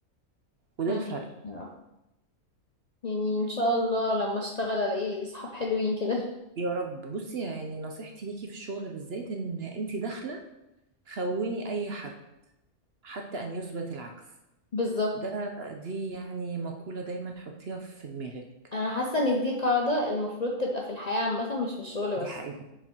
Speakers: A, on the right (about 55°); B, on the left (about 40°).
A: وده
B: فهماكي
A: الفرق
B: بصراحة يعني ان شاء الله لما اشتغل الاقي صحاب حلوين كده <laughs>
A: يا رب بصي يعني نصيحتي ليكي في الشغل بالذات ان انت داخله خوني اي حد حتى ان يثبت العكس
B: بالظبط
A: ده دي يعني مقولة دايما حطيها في دماغك
B: انا حاسه ان دي قاعده المفروض تبقى في الحياه عامه مش في الشغل
A: دي
B: بس
A: حقيقة